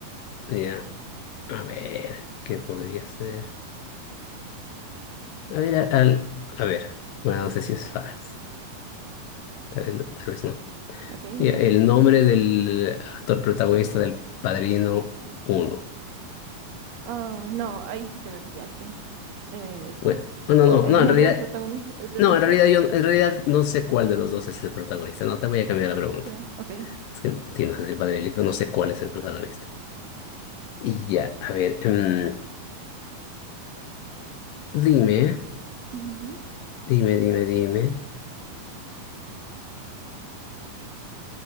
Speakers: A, on the left; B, on the right.
A: Ya, a ver, ¿qué podría ser? A ver, al, al- a ver, bueno, no sé si es fácil, tal vez, tal vez no.
B: ok, dime.
A: Ya, el nombre del actor protagonista del Padrino Uno.
B: Ah, no, ahí sí que me pillaste. Eh, su-
A: Bueno, no, no,
B: o
A: no,
B: el
A: no, en
B: nombre
A: realidad
B: del protagonista, eh,
A: No,
B: no sé
A: en realidad
B: qué.
A: yo en realidad no sé cuál de los dos es el protagonista. No, te voy a cambiar la pregunta.
B: Ya, ok.
A: Es que tienes el padre y el hijo, no sé cuál es el protagonista. Y ya, a ver, em, dime,
B: Ujú,
A: dime, dime, dime.